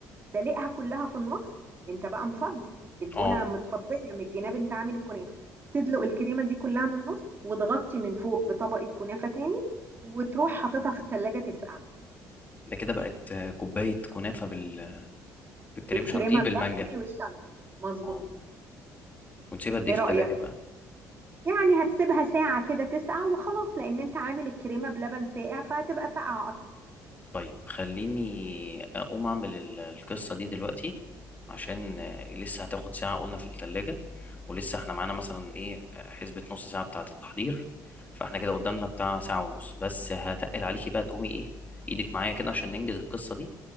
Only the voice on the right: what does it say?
دلقها كلها في النص انت بقى مفضي البولة
متفضية من الجناب انت عامل الكنافة تدلق الكريمة دي كلها من النص وتغطي من فوق بطبقة كنافة تاني وتروح حاططها في التلاجة تسقع
بالكريمة
الباستري
والشانتي مظبوط
كده
ايه
رأيك؟
يعني هتسيبها ساعة كده تسقع وخلاص لأن انت عامل الكريمة بلبن ساقع فهتبقى ساقعة أصلا